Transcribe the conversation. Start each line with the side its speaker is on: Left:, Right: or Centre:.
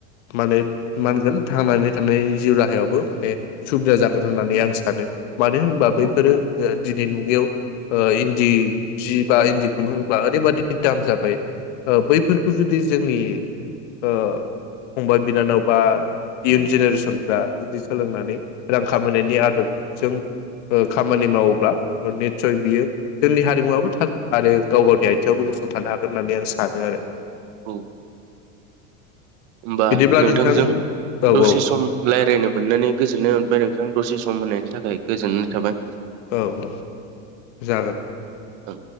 Left: माने माहोनगोन थांनानै थानायनि जिउ राहायावबो माने सुबिदा जागोन होननानै आं सानो। मानो होनबा बैफोरो
Right: औ
Left: दिनैनि मुगा याव ओ इन्दि जि बा इन्दि खुन्दुंब्ला ओरैबादि दाम जाबाय ओ बैफोरखौ जुदि जोंनि ओ फंबाय बिनानाव बा इयुन जेनेरेसनफ्रा जुदि सोलोंनानै रां खामायनायनि आदब जों ओ खामानि मावोब्ला निथसय बियो जोंनि हारिमुवाबो थागोन आरो गाव गावनि आथिङावबो गसंथानो हागोन होननानै आं सानो आरो
Right: औ होमबा
Left: बिदिब्ला
Right: नोंथांजों
Left: नोंथां औ औ
Right: दसे सम रायलायनो मोननानै गोजोननाय मोनबाय नोंथां दसे सम होनायनि थाखाय गोजोननाय थाबाय
Left: औ औ जागोन
Right: ओं